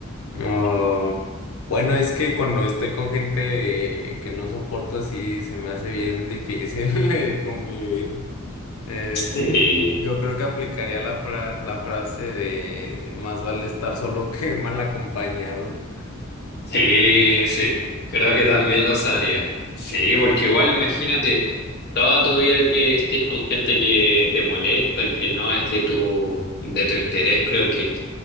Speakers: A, on the left (about 80°); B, on the left (about 50°).
A: No. Bueno, es que cuando estoy con gente eh, que no soporto así, se me hace bien difícil <laughs> eh, convivir. Eh,
B: Sí,
A: yo creo que aplicaría la fra- la frase de más vale estar solo que mal acompañado.
B: sí, sí. Creo que también lo haría. Sí, porque igual imagínate toda tu vida que estés con gente que te molesta y que no es de tu, de tu interés, creo que